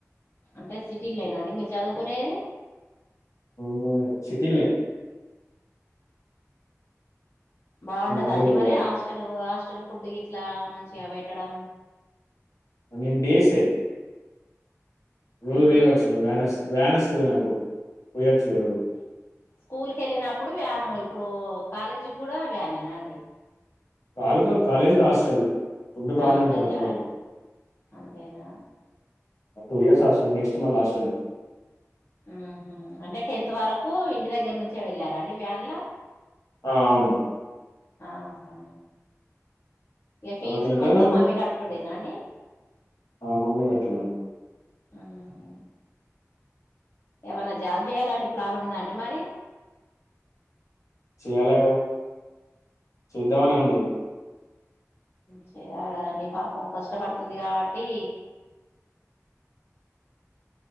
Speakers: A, on the left (about 50°); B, on the left (about 75°).
A: అంటే సిటీల్నేన అండి మీరు చదువుకునేది
B: మ సిటిల్ నే
A: బాగుంటద
B: మళ్ళీ
A: అండి
B: పోవాలి
A: మరి హాస్టల్ హాస్టల్ ఫుడ్ ఇట్లా మంచిగా పెట్టడం
B: మేం డేస్ే రోజు
A: ఉమ్
B: పోయవచ్చు వేన వేనొస్తుంది నాకు పోయచ్చుడుే రోజు
A: స్కూల్కి వెళ్ళినప్పుడు వ్యాను ఇప్పుడు కాలేజీకి కూడా వ్యానేనా అండి
B: కాలు కాలేజీ కాస్టల్ ఫుడ్ బానే
A: ఆ
B: ఉంటది
A: గదే
B: అక్కడ కూడా
A: అంతేనా
B: టూ ఇయర్స్ హస్టల్ నెక్స్ట్ మళ్ళ హస్టలే
A: ఉహూ అంటే టెన్త్ వరకు ఇంటి దగ్గర నుంచే వెళ్ళారా అండి వ్యాన్లా
B: ఆ అవును
A: ఆహా ఇక ఫీజులు
B: తర్వాత ఇంటర్
A: మొత్తం మమ్మీ కటుడేనా అండి
B: ఆ మమ్ీ కట్టుడ
A: ఆహా ఏమన్నా జాబ్ చేయాలని ప్లాన్ ఉందా అండి మరి
B: చేయాలి కదా చేద్దామనె ఉంది
A: చెయాలి కదండి పాపం కష్టపడుతుంది కాబట్టి
B: <inaudible>